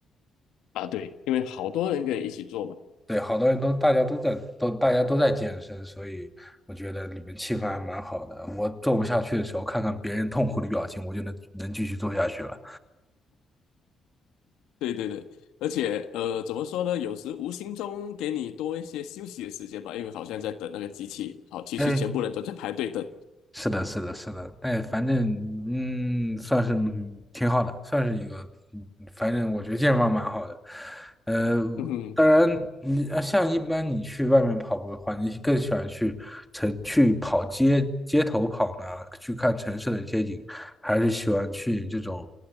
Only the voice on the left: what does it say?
啊，对，因为好多人可以一起做嘛。
对对对，而且呃，怎么说呢？有时无形中给你多一些休息的时间吧，因为好像在等那个机器，好，其实全部人都在排队等。
嗯哼